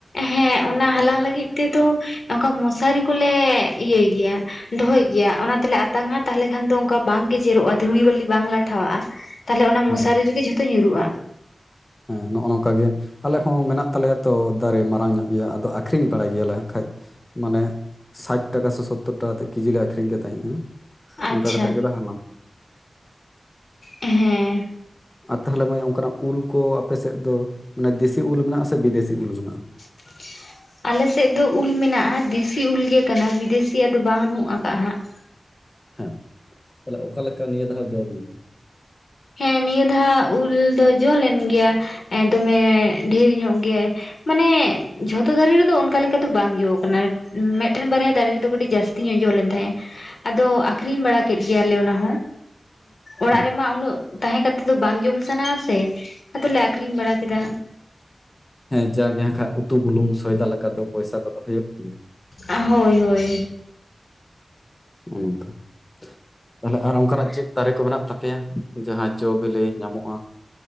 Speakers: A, on the left; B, on the left.
A: ᱦᱮᱸ ᱚᱱᱟ ᱦᱟᱞᱟᱝ ᱞᱟᱹᱜᱤᱫ ᱛᱮᱫᱚ ᱚᱝᱠᱟ ᱢᱚᱥᱟᱨᱤ ᱠᱚᱞᱮ ᱤᱭᱟᱹᱭ ᱜᱮᱭᱟ᱾ ᱫᱚᱦᱚᱭ ᱜᱮᱭᱟ ᱚᱱᱟ ᱛᱮᱞᱮ ᱟᱛᱟᱝᱟ ᱛᱟᱦᱞᱮ ᱠᱷᱟᱱ ᱫᱚ ᱚᱱᱠᱟ ᱵᱟᱝ ᱜᱮᱡᱮᱨᱚᱜᱼᱟ ᱫᱷᱩᱲᱤ ᱵᱟᱹᱞᱤ ᱵᱟᱝ ᱞᱟᱴᱷᱟᱣᱟᱜᱼᱟ᱾ ᱛᱟᱞᱦᱮ ᱚᱱᱟ ᱢᱚᱥᱟᱨᱤ
B: ᱦᱮᱸ
A: ᱨᱮᱜᱮ ᱡᱷᱚᱛᱚ ᱧᱩᱨᱩᱜᱼᱟ᱾
B: ᱦᱮᱸ ᱱᱚᱜᱼᱚ ᱱᱚᱝᱠᱟᱜᱮ ᱟᱞᱮ ᱦᱚᱸ ᱢᱮᱱᱟᱜ ᱛᱟᱞᱮᱭᱟ ᱛᱚ ᱫᱟᱨᱮ ᱢᱟᱨᱟᱝ ᱧᱚᱜ ᱜᱮᱭᱟ ᱟᱫᱚ ᱟᱠᱷᱨᱤᱧ ᱵᱟᱲᱟᱭ ᱜᱮᱭᱟᱞᱮ ᱮᱱᱠᱟᱡ᱾ ᱢᱟᱱᱮ, ᱥᱟᱮᱴ ᱴᱟᱠᱟ ᱥᱮ ᱥᱳᱛᱛᱳᱚᱨ ᱴᱟᱠᱟ ᱠᱟᱛᱮᱫ ᱠᱮᱡᱤᱞ ᱞᱮ ᱟᱠᱷᱨᱤᱧ ᱠᱮᱫ ᱛᱟᱦᱮᱸᱫᱼᱟ,
A: ᱟᱪᱪᱷᱟ
B: ᱚᱱᱠᱟ ᱠᱟ ᱠᱟᱛᱮᱫ ᱜᱮᱞᱮ ᱦᱟᱞᱟᱝ
A: <unintelligible> ᱦᱮᱸ
B: ᱟᱨ ᱛᱟᱦᱚᱞᱮ ᱢᱟᱹᱭ ᱚᱱᱠᱟᱱᱟᱜ ᱩᱞ ᱠᱚ ᱟᱯᱮ ᱥᱮᱫ ᱫᱚ ᱢᱟᱱᱮ ᱫᱮᱥᱤ ᱩᱞ ᱢᱮᱱᱟᱜᱼᱟ ᱥᱮ ᱵᱤᱫᱮᱥᱤ ᱩᱞ ᱢᱮᱱᱟᱜᱼᱟ?
A: <inaudible> ᱟᱞᱮᱥᱮᱫ ᱫᱚ ᱩᱞ ᱢᱮᱱᱟᱜᱼᱟ, ᱫᱮᱥᱤ ᱩᱞ ᱜᱮ ᱠᱟᱱᱟ ᱵᱤᱫᱮᱥᱤᱭᱟᱜ ᱫᱚ ᱵᱟᱝ ᱱᱩᱜ ᱠᱟ ᱦᱟᱸᱜ᱾
B: ᱦᱮᱸ ᱛᱟᱦᱚᱞᱮ ᱚᱠᱟ ᱞᱮᱠᱟ ᱱᱤᱭᱟᱹ ᱫᱷᱟᱣ ᱡᱚ ᱞᱮᱱᱟ?
A: ᱦᱮᱸ ᱱᱤᱭᱟᱹ ᱫᱷᱟ ᱩᱞ ᱫᱚ ᱡᱚ ᱞᱮᱱ ᱜᱮᱭᱟ ᱮ ᱫᱚᱢᱮ ᱰᱷᱮᱨ ᱧᱚᱜ ᱜᱮ᱾ ᱢᱟᱱᱮ ᱡᱷᱚᱛᱚ ᱫᱟᱨᱮ ᱨᱮᱫᱚ ᱚᱱᱠᱟ ᱞᱮᱠᱟ ᱫᱚ ᱵᱟᱝ ᱡᱚ ᱠᱟᱱᱟ᱾ ᱢᱮᱫᱴᱮᱱ ᱵᱟᱨᱭᱟ ᱫᱟᱨᱮ ᱨᱮᱫᱚ ᱠᱟᱹᱴᱤᱡ ᱡᱟᱹᱥᱛᱤ ᱧᱚᱜ ᱡᱚ ᱞᱮᱱ ᱛᱟᱦᱮᱸᱼᱟ᱾ ᱟᱫᱚ ᱟᱠᱷᱨᱤᱧ ᱵᱟᱲᱟ ᱠᱮᱫ ᱜᱮᱭᱟᱞᱮ ᱚᱱᱟᱦᱚᱸ᱾ ᱚᱲᱟᱜ
B: ᱦᱮᱸ
A: ᱨᱮᱢᱟ ᱩᱱᱟᱹᱜ ᱛᱟᱦᱮᱸ ᱠᱟᱛᱮᱫ ᱫᱚ ᱵᱟᱝ ᱡᱚᱢ ᱥᱟᱱᱟ ᱟ ᱥᱮ, ᱟᱫᱚᱞᱮ ᱟᱠᱷᱨᱤᱧ ᱵᱟᱲᱟ ᱠᱮᱫᱟ᱾
B: ᱦᱮᱸ ᱡᱟᱜᱮ ᱟᱠᱷᱟᱡ ᱩᱛᱩ ᱵᱩᱞᱩᱝ ᱥᱚᱭᱫᱟ ᱞᱮᱠᱟ ᱫᱚ ᱯᱚᱭᱥᱟ ᱠᱚᱫᱚ ᱦᱩᱭᱩᱜ ᱜᱮᱭᱟ᱾
A: ᱟᱸᱜ ᱦᱳᱭ ᱦᱳᱭ᱾
B: <unintelligible> ᱛᱟᱦᱚᱞᱮ ᱟᱨ ᱚᱱᱠᱟᱱᱟᱜ ᱪᱮᱫ ᱫᱟᱨᱮ ᱠᱚ ᱢᱮᱱᱟᱜ ᱛᱟᱯᱮᱭᱟ ᱡᱟᱦᱟᱸ ᱡᱚ ᱵᱤᱞᱤ ᱧᱟᱢᱚᱜᱼᱟ?